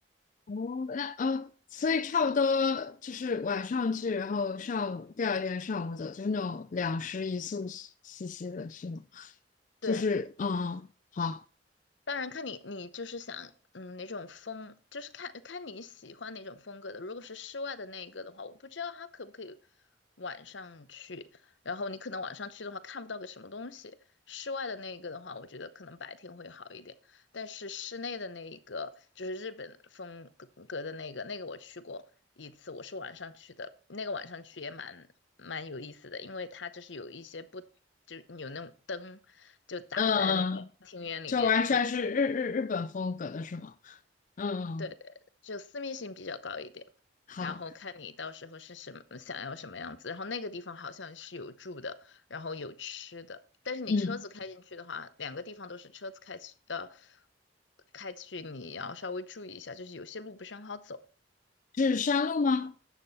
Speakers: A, on the left (about 45°); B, on the left (about 80°).
A: 哦，那呃，所以差不多就是晚上去，然后上午第二天上午走，就是那种两食一宿兮兮的，是吗？
B: 对，
A: 就是嗯，好，
B: 当然看你你就是想嗯哪种风，就是看看你喜欢哪种风格的。如果是室外的那个的话，我不知道它可不可以晚上去，然后你可能晚上去的话看不到个什么东西。室外的那个的话，我觉得可能白天会好一点，但是室内的那一个就是日本风格格的那个，那个我去过一次，我是晚上去的，那个晚上去也蛮蛮有意思的，因为它就是有一些不。就是有那种灯，就打在那个庭院里面，
A: 嗯，就完全是日日日本风格的是吗？
B: 所以
A: 嗯，
B: 对对，就私密性比较高一点，
A: 好，
B: 然后看你到时候是什么想要什么样子。然后那个地方好像是有住的，然后有吃的，但是你车子开进去的话，
A: 嗯，
B: 两个地方都是车子开去呃开去，你要稍微注意一下，就是有些路不是很好走。
A: 是山路吗？